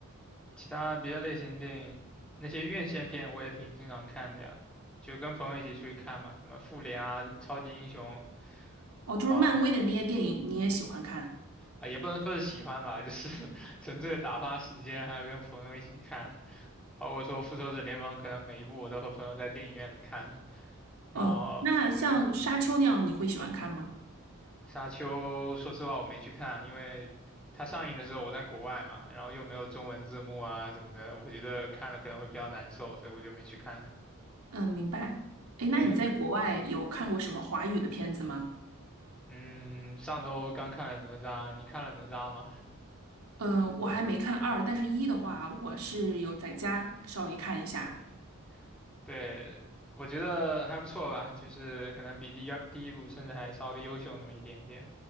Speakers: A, in the centre; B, on the right (about 85°).
A: 其他别的类型电影，那些院线片我也挺经常看的呀，就跟朋友一起出去看嘛，什么复联啊、超级英雄
B: 哦，就是漫威的那些电影，
A: 啊
B: 你也喜欢看。
A: 啊，也不能说是喜欢吧，就是 <laughs> 纯粹打发时间，还有跟朋友一起看。包括说复仇者联盟，可能每一部我都和朋友在电影院里看，然后。
B: 嗯，那像《沙丘》那样，
A: 对。
B: 你会喜欢看吗？
A: 沙丘，说实话我没去看，因为它上映的时候我在国外嘛，然后又没有中文字幕啊什么的，我觉得看了可能会比较难受，所以我就没去看。
B: 嗯，明白。哎，
A: 对，
B: 那你在国外有看过什么华语的片子吗？
A: 嗯，上周刚看了哪吒，你看了哪吒吗？
B: 嗯，我还没看二，但是一的话，我是有在家稍微看一下。
A: <laughs> 对，我觉得还不错吧，就是可能比第一第一部甚至还稍微优秀那么一点点。